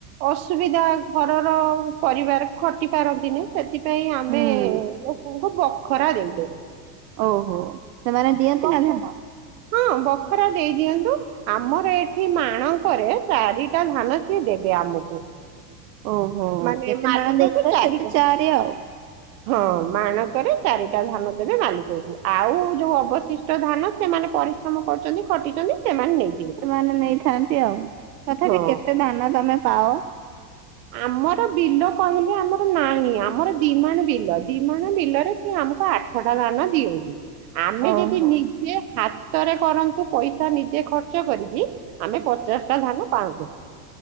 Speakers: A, on the right; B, on the right.
A: ଅସୁବିଧା ଘରର ପରିବାର ଖଟି ପାରନ୍ତିନି ସେଥିପାଇଁ ସେଥିପାଇଁ ଆମେ
B: ହୁଁ।
A: ଲୋକଙ୍କୁ ବ ଖରା ଦେଇଦଉ।
B: ଓହୋ ସେମାନେ ଦିଅନ୍ତି
A: ବଖ
B: ନା ଧାନ?
A: ହଁ ବଖରା ଦେଇ ଦିଅନ୍ତୁ ଆମର ଏଠି ମାଣଙ୍କରେ ଚାରିଟା ଧାନ ସିଏ ଦେବେ ଆମକୁ
B: ଓହୋ
A: ମାନେ
B: ଯେତେ
A: ମାଲିକକୁ
B: ମାଣ ଦେଇଥିବ
A: ଚାରିଟା
B: ସେତେ ଚାରି ଆଉ।
A: ହଁ ମାଣକରେ ଚାରି ଟା ଧାନ ଦେବେ ମାଲିକକୁ ଆଉ ଯୋଉ ଅବସିଷ୍ଟ ଧାନ ସେମାନେ ପରିଶ୍ରମ କରିଛନ୍ତି ଖଟିଛନ୍ତି ସେମାନେ ନେଇ
B: ସେମାନେ ନେଇଥାନ୍ତି ଆଉ। ତଥାପି
A: ହଁ
B: କେତେ ଧାନ ତମେ? ପାଅ?
A: ଆମର ବିଲ କହିଲେ ଆମର ନାହିଁ। ଆମର ଦି ମାଣବିଲ ଦି ମାଣ ବିଲରେ ସେ ଆମକୁ ଆଠଟା ଧାନ ଦିଅନ୍ତି। ଆମେ
B: ଓହୋ।
A: ଯଦି ନିଜେ ହାତ ହାତରେ କରନ୍ତୁ ପଇସା ନିଜେ ଖର୍ଚ୍ଚ କରିକି ଆମେ ପଚାଶଟା ଧାନ ପାଆନ୍ତୁ।